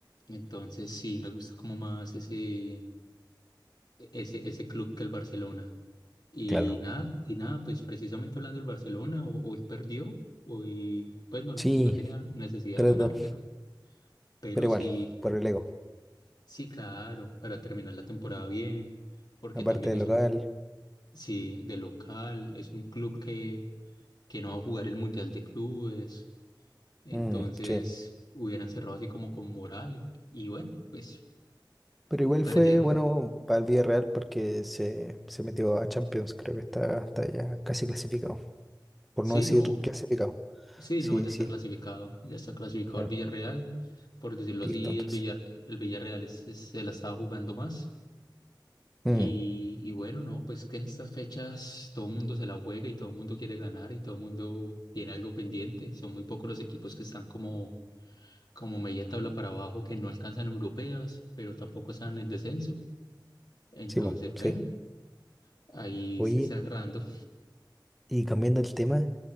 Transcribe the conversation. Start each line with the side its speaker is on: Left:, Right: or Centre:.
Left: Entonces sí, me gusta como más ese, ese, ese club que el Barcelona. Y
Centre: claro.
Left: nada, y nada, pues precisamente hablando del Barcelona, ho- hoy perdió, hoy pues no,
Centre: Sí,
Left: no tenía necesidad
Centre: tres
Left: de ganar,
Centre: dos
Left: pero, pero
Centre: pero igual,
Left: sí.
Centre: por el ego.
Left: Sí, claro, para terminar la temporada bien, porque
Centre: Aparte
Left: también
Centre: del
Left: es
Centre: local,
Left: un, sí, de local, es un club que, que no va a jugar el Mundial de Clubes, entonces
Centre: mm, sí.
Left: hubieran cerrado así como con moral y, y bueno, pues
Centre: Pero igual
Left: perdieron.
Centre: fue bueno para el Villarreal porque se, se metió a Champions, creo que está, está ya casi clasificado, por
Left: Sí,
Centre: no decir
Left: no,
Centre: clasificado.
Left: sí,
Centre: Sí,
Left: no, ya
Centre: sí,
Left: está clasificado, ya está clasificado
Centre: ya,
Left: el Villarreal, por decirlo
Centre: listo
Left: así,
Centre: entonces.
Left: el Villar, el Villarreal es- es- se la estaba jugando más. Y,
Centre: Mm,
Left: y bueno, no, pues que en estas fechas todo el mundo se la juega y todo el mundo quiere ganar y todo el mundo tiene algo pendiente. Son muy pocos los equipos que están como, como media tabla para abajo, que no alcanzan europeas, pero tampoco están en el descenso. Entonces,
Centre: sí, po,
Left: bueno,
Centre: sí.
Left: ahí
Centre: Oye,
Left: se cerrando.
Centre: y cambiando el tema,